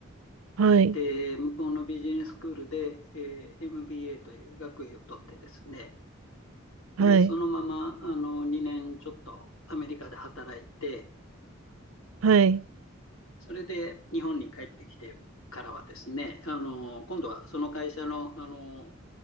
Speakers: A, on the right; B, on the left.
A: はい、
B: で、向こうのビジネススクールで、えー MBA という学位を取ってですね、
A: はい、
B: で、そのままあの2年ちょっとアメリカで働いて、
A: はい、
B: それで日本に帰ってきてからはですね、あの今度はその会社の、あの